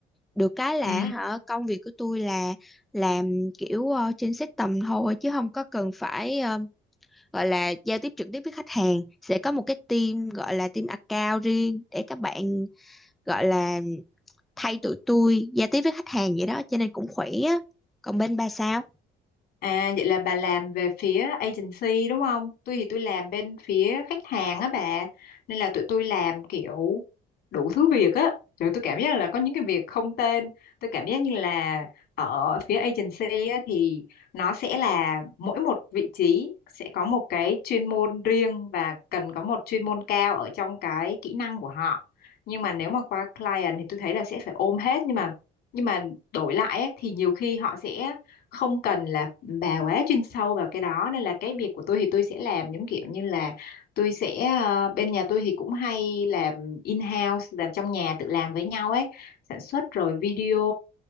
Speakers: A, in the centre; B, on the left (about 70°).
A: được cái là
B: Ừ.
A: hả công việc của tôi là làm kiểu ờ, trên system thôi chứ không có cần phải ờ, gọi là giao tiếp trực tiếp với khách hàng sẽ có một cái team gọi là team account riêng để các bạn gọi là thay tụi tôi giao tiếp với khách hàng vậy đó cho nên cũng khỏe á còn bên bà sao
B: À vậy là bà làm về phía agency đúng không? Tôi thì tôi làm bên phía khách hàng á bà. Nên là tụi tôi làm kiểu đủ thứ việc á. Rồi tôi cảm giác là có những cái việc không tên. Tôi cảm giác như là ở phía agency á, thì nó sẽ là mỗi một vị trí sẽ có một cái chuyên môn riêng và cần có một chuyên môn cao ở trong cái kỹ năng của họ. Nhưng mà nếu mà qua client thì tôi thấy là sẽ phải ôm hết nhưng mà nhưng mà đổi lại ấy, thì nhiều khi họ sẽ không cần là bà quá chuyên sâu vào cái đó nên là cái việc của tôi thì tôi sẽ làm giống kiểu như là tôi sẽ ờ, bên nhà tôi thì cũng hay làm in-house làm trong nhà tự làm với nhau ấy sản xuất rồi video